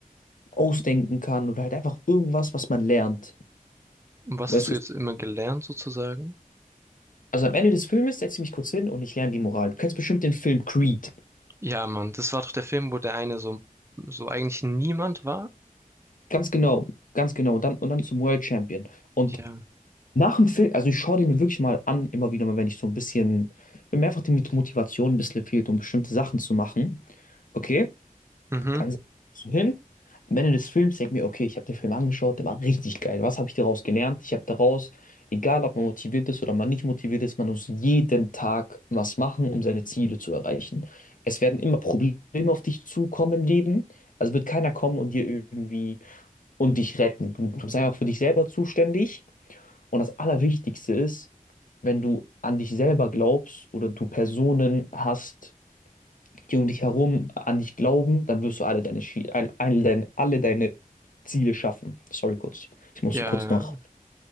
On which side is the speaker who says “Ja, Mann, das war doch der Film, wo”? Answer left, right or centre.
Right